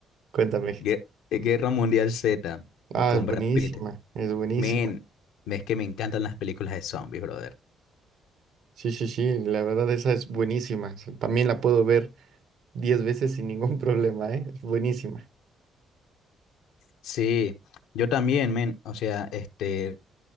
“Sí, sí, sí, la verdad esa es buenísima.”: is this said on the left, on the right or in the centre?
Right